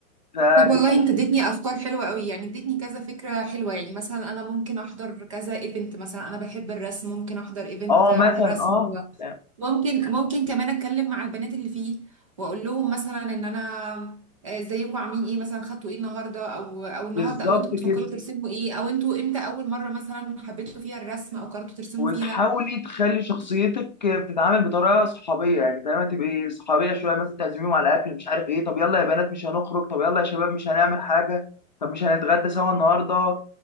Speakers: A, on the left (about 35°); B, on the right (about 25°).
A: فتبقى
B: طب والله انت اديتني افكار حلوه قوي يعني اديتني كذا فكره حلوه يعني مثلا انا ممكن احضر كذا ايفنت مثلا انا بحب الرسم ممكن احضر ايفنت
A: اه
B: عن
A: مثلا
B: الرسم
A: اه يعني
B: ممكن ممكن كمان اتكلم مع البنات اللي فيه واقول لهم مثلا ان انا آه، ازيكم عاملين ايه مثلا خدتوا ايه النهارده او او النهارده
A: بالظبط
B: او انتوا بتفكروا
A: كده
B: ترسموا ايه او انتوا امتى اول مره مثلا حبيتوا فيها الرسم او قررتوا ترسموا
A: وتحاولي
B: فيها
A: تخلي شخصيتك بتتعامل بطريقه صحابيه يعني فاهمه تبقي صحابيه شويه مثلا تعزميهم على اكل مش عارف ايه طب يلا يا بنات مش هنخرج طب يلا يا شباب مش هنعمل حاجه طب مش هنتغدى سوا النهارده